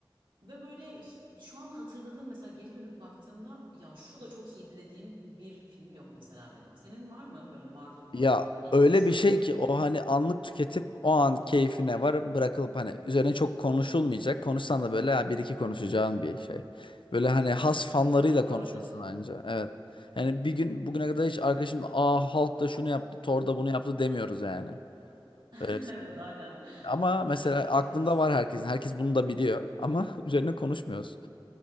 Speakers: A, on the right (about 70°); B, on the left (about 80°).
A: ve böyle h- şu an hatırladığım mesela geri dönüp baktığımda ya şu da çok iyiydi dediğim bir film yok mesela benim. Senin var mı böyle Marvel
B: Ya
A: en iyi- en
B: öyle
A: iyisi şu
B: bir şey ki
A: dediğin?
B: o hani anlık tüketip o an keyfine var bırakılıp hani üzerine çok konuşulmayacak. Konuşsan da böyle ha, bir iki konuşacağın bir şey. Böyle hani has fanlarıyla
A: Galiba
B: konuşursun
A: öyle cidden.
B: anca. Evet. Yani bir gün
A: Aynen.
B: bugüne kadar hiç arkadaşımla aa Hulk da şunu yaptı, Thor da bunu yaptı demiyoruz yani.
A: <laughs>
B: Öyle söyleyeyim.
A: Evet aynen.
B: Ama mesela
A: Evet çok
B: aklında
A: üstüne düşünecek.
B: var herkesin. Herkes bunu da biliyor ama <laughs> üzerine konuşmuyoruz.